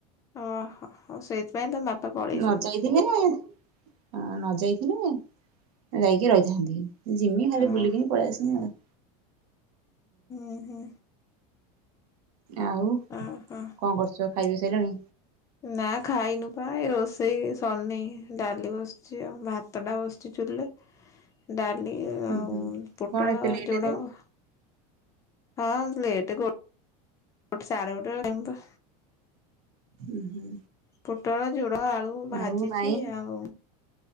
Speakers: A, on the left (about 15°); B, on the right (about 80°).
A: ହଁ ହଁ ହଉ ସେଇଥିପାଇଁ ତମ ବାପା ପଳେଇଛନ୍ତି
B: ନ ଯାଇଥିନେ, ହଁ ନ ଯାଇଥିନେ ଯାଇକି ରହିଥାନ୍ତି। ଜିମି ଖାଲି
A: ହଁ।
B: ବୁଲିକି ହିଁ ପଳେଇ ଆସନି ଆଉ।
A: ହୁଁ। ହୁଁ
B: ଆଉ
A: ଓହୋ।
B: କଣ କରୁଛ ଖାଇବା ସାରିଲଣି?
A: ନା ଖାଇନୁ ପା ଏଇ ରୋଷେଇ ଶାରୀନି, ଡାଲି ବସଛି ଆଉ ଭାତ ଟା ବସ ଚି ଚୁଲିରେ, ଡାଲି
B: ହୁଁ
A: ଆଉ
B: ହୁଁ
A: ପୋଟଳ
B: କଣ ଏତେ ଲେଟ୍
A: ଜୁଡ଼ଙ୍ଗ
B: ଯେ
A: ହଁ ଲେଟ୍ କ ଗୋଟେ ସାଢେ ଗୋଟେ ଟାଇମ୍ ତ
B: ଉଁ ହୁଁ।
A: ପୋଟଳ, ଝୁଡ଼ଙ୍ଗ, ଆଳୁ ଭାଜିଛି
B: ଆଉ ମାଇଁ
A: ଆଉ।